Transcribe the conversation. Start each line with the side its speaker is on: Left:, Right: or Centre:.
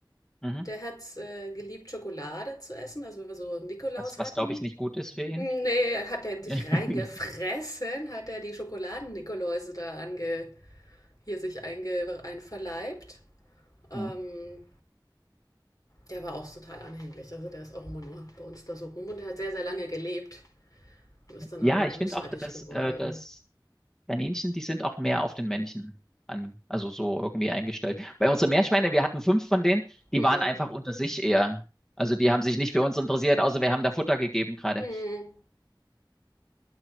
Centre: Mhm.
Left: Der hat es äh, geliebt, Schokolade zu essen. Also wenn wir so Nikolaus
Centre: Was,
Left: hatten.
Centre: was glaube ich nicht gut ist für ihn.
Left: Nee, hat er sich
Centre: <laughs>
Left: reingefressen, hat er die Schokoladen-Nikoläuse da ange, hier sich einge, einverleibt. Ähm,
Centre: Ja,
Left: der war auch total anhänglich. Also der ist auch immer nur bei uns da so rum und der hat sehr, sehr lange gelebt und ist dann
Centre: Ja,
Left: aber bösartig
Centre: ich finde auch, dass,
Left: geworden.
Centre: äh, dass Kaninchen, die sind auch mehr auf den Männchen an, also so irgendwie eingestellt. Bei unseren Meerschweine, wir hatten fünf von denen, die
Left: Hm.
Centre: waren einfach unter sich eher. Also die haben sich nicht für uns interessiert, außer wir haben da Futter gegeben gerade.
Left: Hm.